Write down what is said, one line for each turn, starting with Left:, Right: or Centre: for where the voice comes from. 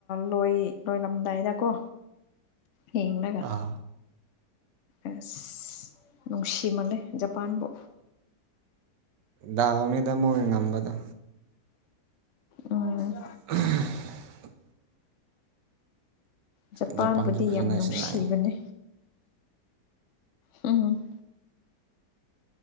Left: ꯂꯣꯏ ꯂꯣꯏꯂꯝꯗꯥꯏꯗꯀꯣ ꯌꯦꯡꯂꯡꯒ
Right: ꯑꯥ
Left: ꯑꯁ ꯅꯨꯡꯁꯤꯃꯂꯦ ꯖꯄꯥꯟꯕꯨ
Right: ꯗꯥꯥꯎꯅꯤꯗ ꯃꯣ ꯉꯝꯕꯗ
Left: ꯎꯝ
Right: <unintelligible>
Left: ꯖꯄꯥꯟꯕꯨꯗꯤ
Right: ꯖꯄꯥꯟꯁꯨ ꯐꯖꯅ
Left: ꯌꯥꯝ ꯅꯨꯡꯁꯤꯕꯅꯦ
Right: ꯁꯥꯟꯅꯩ
Left: ꯎꯝ